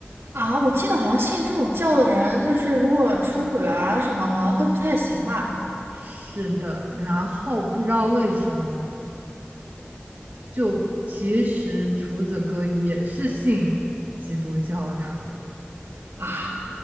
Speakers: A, on the right; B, on the right.
A: 啊，我记得好像信这种教的人，就是如果出轨啊什么，好像都不太行吧？
B: 是的，然后不知道为什么，就其实厨子哥也是信基督教的，
A: 啊，